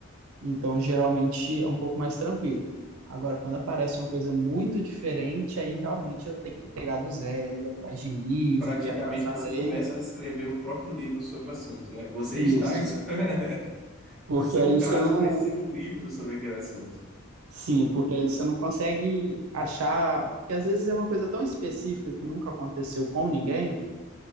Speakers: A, on the right; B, in the centre.
A: então, geralmente é um pouco mais tranquilo. Agora, quando aparece uma coisa muito diferente, aí realmente eu tenho que pegar do zero, ir atrás de livro,
B: Praticamente
A: ir atrás da
B: você
A: lei.
B: começa a escrever o próprio livro sobre o assunto, né? Você
A: Isso,
B: está, es- <laughs>
A: porque
B: no seu
A: aí
B: caso,
A: você não.
B: vai ser um livro sobre aquele assunto.
A: Sim, porque aí você não consegue achar. Porque às vezes é uma coisa tão específica que nunca aconteceu com ninguém,